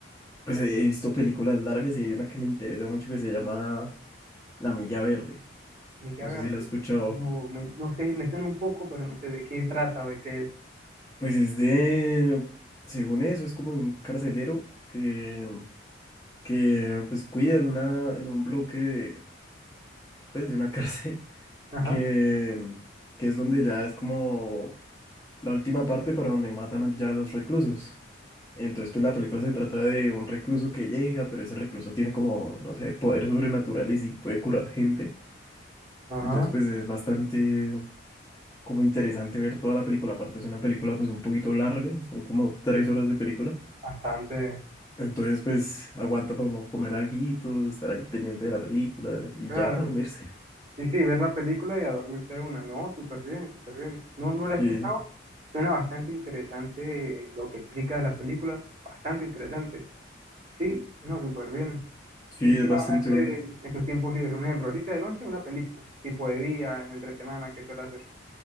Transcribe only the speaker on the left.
Pues he visto películas largas y hay una que me interesa mucho que se llama La Milla Verde.
No
sé si la
has escuchado.
Pues es de, según eso, es como de un carcelero que, que pues cuida en una, en un bloque, de, pues de una cárcel, <laughs>
que, que es donde ya es como la última parte para donde matan ya a los reclusos. Entonces, pues la película se trata de un recluso que llega, pero ese recluso tiene como, no sé, poderes sobrenaturales y puede curar gente.
Entonces, pues es bastante. como interesante ver toda la película. Aparte es una película pues un poquito larga, son como tres horas de película.
Entonces pues aguanta para uno comer alguito, estar ahí pendiente de la película y
ya dormirse.
Sí,
sí,
es
bastante
buena.